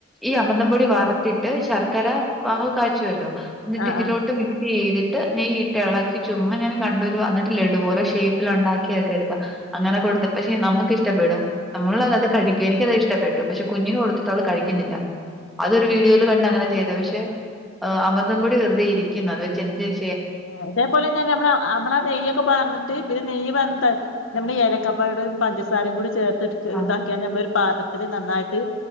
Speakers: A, in the centre; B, on the left.
A: ഈ അമൃതംപൊടി വറത്തിട്ട് ശർക്കര പാവ് കാ ച്ചുമല്ലോ എന്നിട്ട്
B: ആഹ്
A: ഇതിലോട്ട് മിക്സ് ചെയ്തി ട്ട് നെയ്യ് ഇട്ട് ഇളക്കി ചുമ്മാ ഞാൻ കണ്ടൊരു അന്നിട്ട് ലെഡു പോലെ ഷേപ്പിൽ ഉണ്ടാക്കിയൊക്കെ എടുക്കാം അങ്ങനെ കൊടുത്ത് പക്ഷെ നമുക്ക് ഇഷ്ടപ്പെടും നമ്മളത് കഴിക്കും എനിക്കത് ഇഷ്ടപ്പെട്ടു പക്ഷെ കുഞ്ഞിന് കൊടുത്തിട്ട് അവള് കഴിക്കുന്നില്ല അതൊരു
B: ആഹ്
A: വീഡിയോൽ കണ്ട് അങ്ങനെ ചെയ്തത് പക്ഷെ. ഇട്ട് അമൃതം പൊടി വെറുതെ ഇരിക്കുന്നു അത് വെച്ച് എന്തേലും.
B: ഇതേപോലെ ഞാൻ നമ്മളെ നമ്മളാ നെയ്യൊക്കെ വാർന്നിട്ട് പിന്നെ നെയ്യ് വന്ന നമ്മള് ഇലക്ക്. <unintelligible> പഞ്ചസാരയും കൂടെ ചേർത്ത്.
A: ആ
B: ഇതാക്കി ഞമ്മൾക്ക്. പാകത്തിന് നന്നായിട്ട്